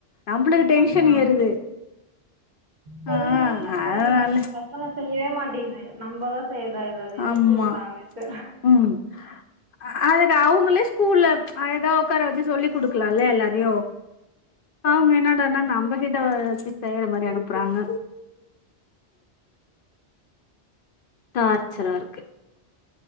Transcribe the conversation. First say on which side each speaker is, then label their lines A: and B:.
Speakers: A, on the left (about 60°); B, on the right (about 40°).
A: நம்ப்ளுக்கு டென்ஷன்
B: ஆமா
A: ஏறுது
B: <unintelligible>
A: ஆ அதனால
B: பசங்க செய்யவே மாட்டேங்கிது நம்பதா செய்யதாய்து அது எதுக்
A: ஆமா
B: குடுக்குறாங்ன்னே தெரிலே
A: ம் ஆ அதுதா அவுங்களே ஸ்கூல்ல அழகா உக்கார வச்சு சொல்லி் குடுக்கலால்லே எல்லாரையு அவ்ங்க என்னடான்னா நம்பகிட்ட வச்சி செய்ற மாரி அனுப்புறாங்க டார்ச்சராருக்கு